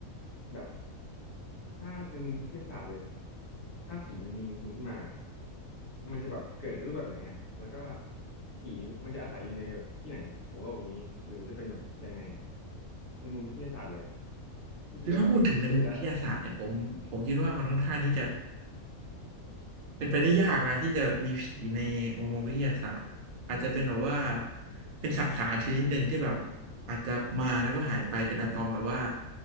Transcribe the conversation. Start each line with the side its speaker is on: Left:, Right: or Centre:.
Left: แบบ ถ้าในมุมวิทยาศาสตร์เลยถ้าผีมันมีจริงขึ้นมามันจะแบบเกิดในรูปแบบไหนอ่ะแล้วก็ผีมันจะอาศัยอยู่ในแบบที่ไหนของโลกนี้หรือมันจะเป็นแบบยังไงในมุมวิทยาศาสตร์เลยอ่ะที่คิดว่าแบบเป็นไปได้
Right: คือถ้าพูดถึงในมุมวิทยาศาสตร์เนี่ยผมผมคิดว่ามันค่อนข้างที่จะเป็นไปได้ยากนะที่จะมีผีในมุมมองวิทยาศาสตร์อาจจะเป็นแบบว่า
Left: อืม
Right: เป็นสสารชนิดหนึ่งที่แบบอาจจะมาแล้วก็หายไปเป็นอะตอมแบบว่า